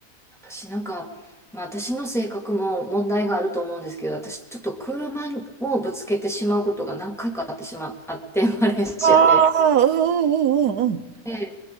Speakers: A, in the centre; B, on the right (about 85°).
A: 私なんか、まあ私の性格も問題があると思うんですけど、私ちょっと車をぶつけてしまうことが何回かあってしま、<laughs> あって、マレーシアで。
B: ああ、うんうんうんうん。
A: で、